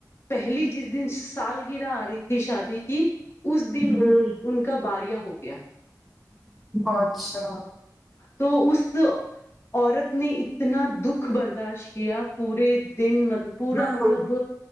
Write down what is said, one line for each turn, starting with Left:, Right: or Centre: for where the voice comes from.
Left: پہلی جس دن سالگرہ آ رہی تھی شادی کی اس دن ان
Centre: ہوں
Left: ان کا باریا ہو گیا
Centre: اچھا
Left: تو اس عورت نے اتنا دکھ برداشت کیا پورے دن م پورا
Centre: ہاں ہاں
Left: مطلب
Centre: ہوں